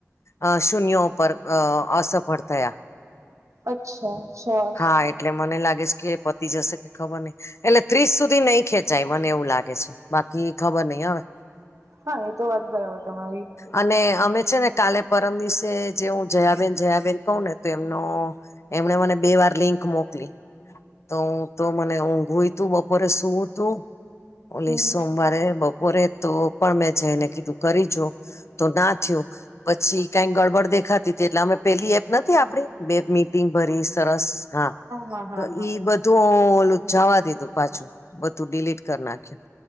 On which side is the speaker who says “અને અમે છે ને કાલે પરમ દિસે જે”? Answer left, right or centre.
Left